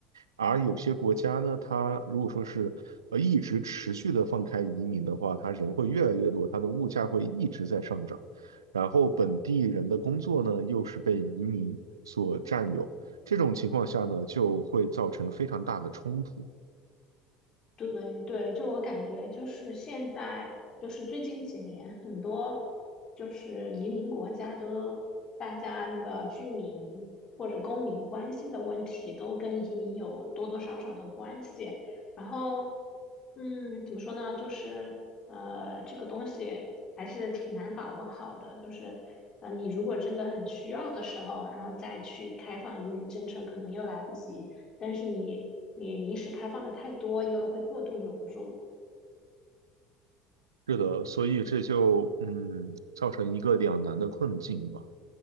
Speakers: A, on the right (about 75°); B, on the left (about 35°).
A: 而有些国家呢，它如果说是呃一直持续的放开移民的话，它人会越来越多，它的物价会一直在上涨，然后本地人的工作呢又是被移民所占有，这种情况下呢就会造成非常大的冲突。
B: 对对，就我感觉，就是现在，就是最近几年，很多就是移民国家都，大家那个居民或者公民关心的问题，都跟移民有多多少少的关系。然后，嗯，怎么说呢？就是呃，这个东西还是挺难把握好的。就是呃，你如果真的很需要的时候，然后再去开放移民政策，可能又来不及。但是你你临时开放的太多，又会过度涌入。
A: 是的，所以这就嗯造成一个两难的困境吧。